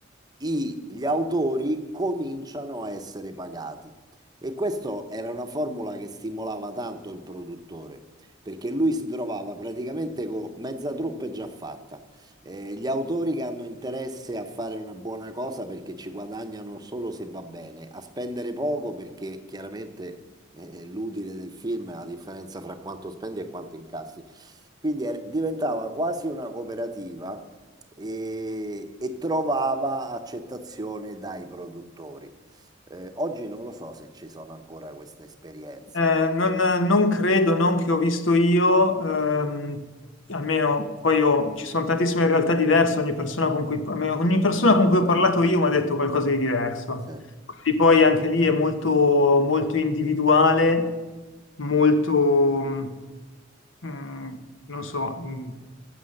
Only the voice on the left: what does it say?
Eh, non, non credo, non che ho visto io, ehm, almeno poi ho- ci sono tantissime realtà diverse, ogni persona con cui, almeno ogni persona con cui ho parlato io mi ha detto qualcosa di diverso.
Quindi poi anche lì è molto, molto individuale, molto, mm, mm, non so, mm,